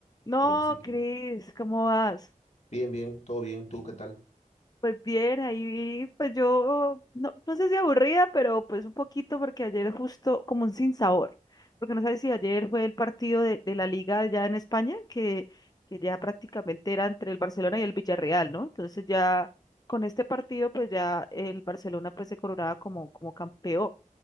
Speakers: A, on the left (about 30°); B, on the left (about 50°).
A: No,
B: Y así que,
A: Cris, ¿cómo vas?
B: bien, bien, todo bien, ¿tú qué tal?
A: Pues bien, ahí, pues yo, no, no sé si aburrida, pero pues un poquito porque ayer justo como un sinsabor, porque no sabes si ayer fue el partido de, de la liga ya en España, que, que ya prácticamente era entre el Barcelona y el Villarreal, ¿no? Entonces ya con este partido, pues ya el Barcelona pues se coronaba como, como campeón,